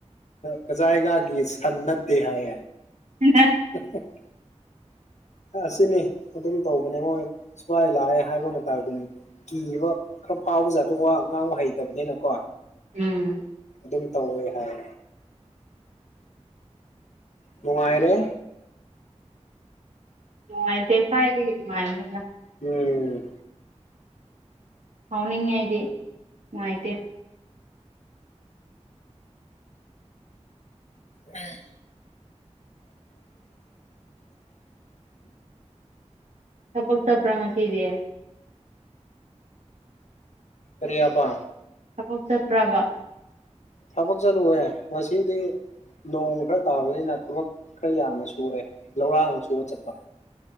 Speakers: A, on the left (about 75°); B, on the right (about 75°).
A: ꯀꯖꯥꯏꯒꯥꯒꯤ ꯁꯟ ꯅꯠꯇꯦ ꯍꯥꯏ
B: <unintelligible>
A: <unintelligible> ꯑꯁꯤꯅꯤ ꯑꯗꯨꯝ ꯇꯧꯕꯅꯦ ꯃꯣꯏ ꯁꯤꯐꯥꯏ ꯂꯥꯛꯑꯦ ꯍꯥꯏꯕ ꯃꯇꯗꯨꯅꯤ ꯀꯤꯌꯦꯕ ꯈꯔ ꯐꯥꯎꯕ ꯖꯥꯗꯣ ꯋꯥ ꯉꯥꯡꯕ ꯍꯩꯇꯕꯅꯤꯅꯀꯣ
B: ꯎꯝ
A: ꯑꯗꯨꯝ ꯇꯧꯋꯦ ꯍꯥꯏ ꯅꯨꯡꯉꯥꯏꯔꯦ
B: ꯅꯨꯡꯉꯥꯏꯇꯦ ꯀꯥꯗꯏꯗꯒꯤ ꯅꯨꯡꯉꯥꯏꯕꯅꯣ
A: ꯎꯝ
B: ꯍꯥꯎꯅꯤꯡꯉꯦ ꯍꯥꯏꯗꯤ ꯅꯨꯡꯉꯥꯏꯇꯦ
A: ꯎꯝ <inaudible>
B: ꯊꯥꯕꯛ ꯆꯠꯄ꯭ꯔ ꯉꯁꯤꯗꯤꯔ
A: ꯀꯔꯤ ꯌꯥꯕ
B: ꯊꯕꯛ ꯆꯠꯄ꯭ꯔꯕ
A: ꯊꯕꯛ ꯆꯠꯂꯨꯑꯦ ꯉꯁꯤꯗꯤ ꯅꯣꯡ ꯈꯔ ꯇꯥꯕꯅꯤꯅ ꯊꯕꯛ ꯈꯔ ꯌꯥꯝꯅ ꯁꯨꯔꯦ ꯂꯧꯔꯥꯡ ꯁꯨꯕ ꯆꯠꯄ